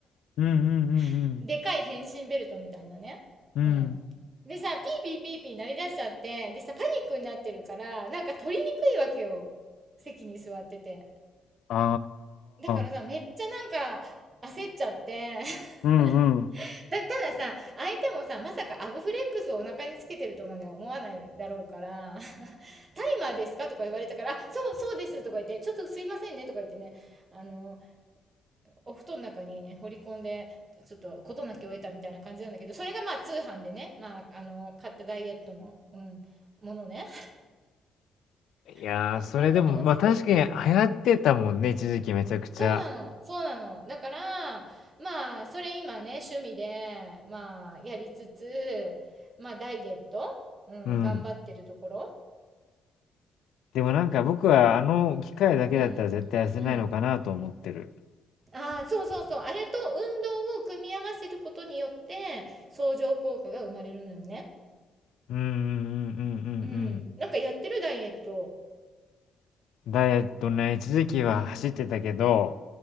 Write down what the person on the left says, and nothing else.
うんうんうん
うんうん。
うん。
あ
あ。
うんうん。
いやー、
それでも、
ま、確かに流行ってたもんね、一時期めちゃくちゃ。
うん。
でもなんか僕はあの機械だけだったら絶対痩せないのかなと思ってる。
うんうんうんうんうんうん。
ダイエットね、一時期は走ってたけど、